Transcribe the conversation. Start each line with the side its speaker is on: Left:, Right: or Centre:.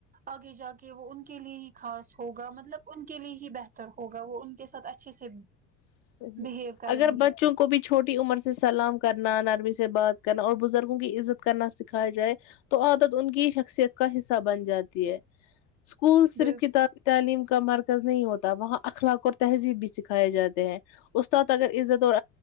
Right: آگے جا کے وہ ان کے لیے ہی خاص ہوگا مطلب ان کے لیے ہی بہتر ہوگا وہ ان کے ساتھ اچھے سے
Left: صیح
Right: بہیو کریں
Left: اگر
Right: گے
Left: بچوں کو بھی چوٹی عمر سے سلا ل کرنا نرمی سے بات کرنا اور بزرگوں کی عزت کرنا سکھاائی جائے تو عادت ان کی شخصیت کا حصہ بن جاتی ہے اسکول صرف
Right: بالکل
Left: کتاب تعلیم کا مرکز نہیں ہوتا وہاں اخلاق اور تہذیب بھی سکھائے جاتے ہیں استاد اگر عزت اور